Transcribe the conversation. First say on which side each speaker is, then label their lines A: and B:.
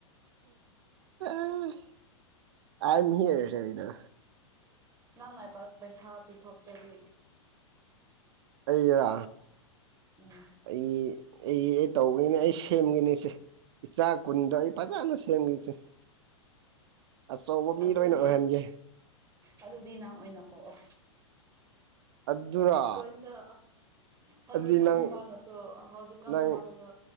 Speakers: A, on the right; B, on the right.
A: ꯑ ꯑꯥꯏ ꯌꯦꯝ ꯍꯤꯌꯔ ꯂꯩꯗꯅ
B: ꯅꯪ ꯉꯥꯏꯕ ꯄꯩꯁꯥ ꯄꯤꯊꯣꯛꯇꯗꯤ
A: ꯑꯩꯔꯥ
B: ꯎꯝ
A: ꯑꯩ ꯑꯩ ꯑꯩ ꯇꯧꯒꯦꯅꯦ ꯑꯩ ꯁꯦꯝꯒꯦꯅꯦ ꯏꯆꯦ ꯏꯆꯥ ꯀꯨꯟꯗꯣ ꯑꯩ ꯐꯖꯅ ꯁꯦꯝꯒꯦꯁꯦ ꯑꯆꯧꯕ ꯃꯤ
B: ꯑꯗꯨꯗꯤ
A: ꯂꯣꯏꯅ ꯑꯣꯏꯍꯟꯒꯦ
B: ꯑꯗꯨꯗꯤ ꯅꯪ ꯑꯣꯏꯅ ꯄꯣꯛꯑꯣ
A: ꯑꯗꯨꯔꯣ
B: ꯀꯨꯟꯗꯣ ꯍꯧꯖꯤꯛꯀꯥꯟ
A: ꯑꯗꯨꯗꯤ ꯅꯪ
B: ꯅꯨꯄꯥꯅꯁꯨ ꯍꯧꯖꯤꯛꯀꯥꯟꯗ
A: ꯅꯪ
B: ꯅꯨꯄꯥꯅꯁꯨ